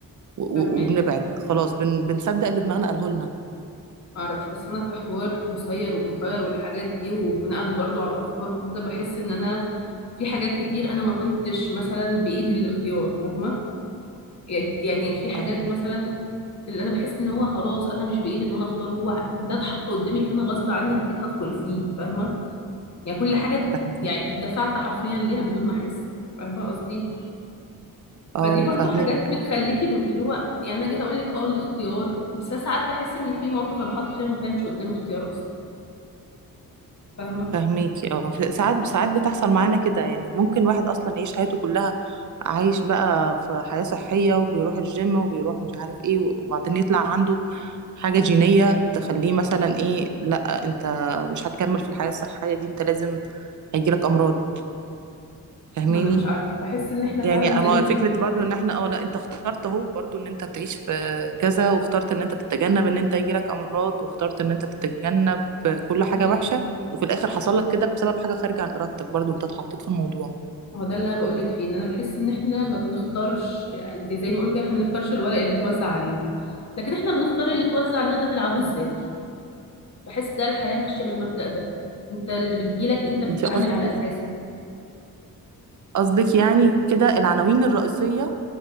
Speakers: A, on the right; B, on the left.
A: و- و-
B: فاهماك
A: وبنبعد خلاص بن بنصدق اللي دماغنا قاله لنا
B: معرفش بس انا في حوار مسير ومخير والحاجات دي وبناء برضو على الافكار وكده بحس ان انا في حاجات كتير انا ما كنتش مثلا بايدي الاختيار فاهمه يعني يعني في حاجات
A: اه
B: مثلا اللي انا بحس ان هو خلاص انا مش بايدي ان انا اختار هو ده اتحط قدامي فانا غصب عني اكيد هدخل فيه فاهمه يعني كل حاجه
A: فاهم-
B: يعني اتدفعت حرفيا ليها بدون ما احس فاهمه قصدي
A: اه
B: فدي برضو
A: فاهمك
B: حاجات بتخليكي م- اللي هو يعني انا جيت اقول لك اه الاختيار بس أنا ساعات بحس ان في مواقف انا بحط فيها ما كانش قدامي اختيار اصلا فاهمه
A: فهميكي اه ف- ساعات ساعات بتحصل معانا كده يعني ممكن واحد اصلا يعيش حياته كلها عايش بقى في حياة صحية وبيروح الجيم وبيروح مش عارف ايه وبعدين يطلع عنده حاجة جينية تخليه مثلا ايه لا انت مش هتكمل في الحياة الصحية دي انت لازم هيجيلك امراض فاهماني
B: ما انا مش عارفه بحس ان احنا
A: يعني
B: فعلا زي
A: اما
B: ما انت
A: فكره
B: بتقولي
A: برضو
B: كده
A: ان احنا اه لا انت اخترت اهو برضو ان انت تعيش في كذا واخترت ان انت تتجنب ان انت يجيلك امراض واخترت ان انت تتجنب كل حاجه
B: امم
A: وحشه وفي الاخر حصل لك كده بسبب حاجه خارجه عن ارادتك برضو انت اتحطيت في الموضوع
B: ما هو ده اللي انا بقول لك فيه ان انا بحس ان احنا ما بنختارش يعني زي ما بيقولوا كده احنا ما بنختارش الورق اللي اتوزع علينا لكن احنا بنختار اللي اتوزع علينا ده نلعبه ازاي بحس ده الحياه ماشيه بالمبدأ ده انت اللي بتجيلك انت بتتعامل
A: انت قصدك
B: على اساسه
A: قصدك يعني كده العناوين الرئيسيه